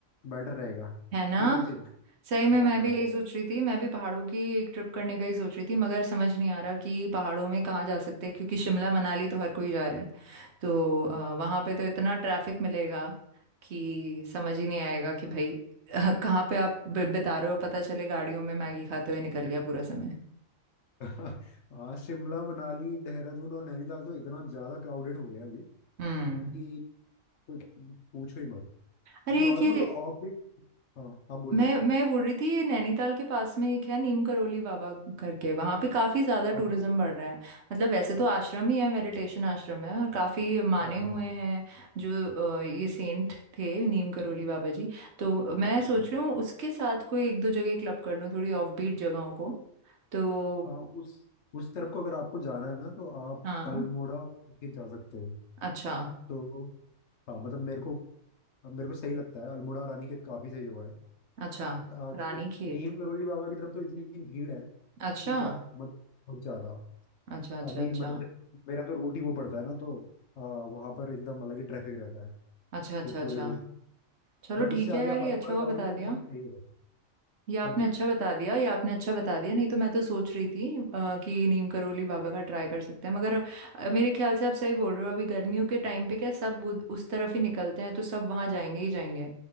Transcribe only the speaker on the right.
है ना
सही में
मैं भी यही सोच रही थी मैं भी पहाड़ों की एक ट्रिप करने का ही सोच रही थी मगर समझ नहीं आ रहा कि पहाड़ों में कहाँ जा सकते हैं क्योंकि शिमला मनाली तो हर कोई जा रहा है तो अ, वहाँ पे तो इतना ट्रैफिक मिलेगा कि समझ ही नहीं आएगा कि भाई <laughs> कहाँ पे आप बि- बिता रहे हो पता चले गाड़ियों में मैगी खाते हुए निकल गया पूरा समय
हम्म
अरे
एक ये
मैं मैं बोल रही थी ये नैनीताल के पास में एक है नीम करोली बाबा करके वहां पे काफी ज्यादा
टूरिज्म
बढ़ रहा है मतलब वैसे तो आश्रम ही है मेडिटेशन आश्रम है और काफी माने
हुए
हैं जो अ, ये सेंट थे नीम करोली बाबा जी तो मैं सोच
रही हूँ उसके साथ कोई एक दो जगह क्लब कर लूँ थोड़ी ऑफ बीट जगहों को तो
हाँ
अच्छा
अच्छा
रानी खेत
अच्छा
अच्छा अच्छा
अच्छा
अच्छा अच्छा
अच्छा
चलो
ठीक
है यार
ये
अच्छा हुआ बता
दिया
ये आपने
अच्छा बता दिया ये आपने अच्छा बता दिया नहीं तो मैं तो सोच रही थी अ, कि नीम करोली बाबा का ट्राई कर सकते हैं मगर अ, मेरे ख्याल से आप सही बोल रहे हो अभी गर्मियों के टाइम पे क्या सब उ- उस तरफ ही निकलते हैं तो सब वहां जाएंगे ही जाएंगे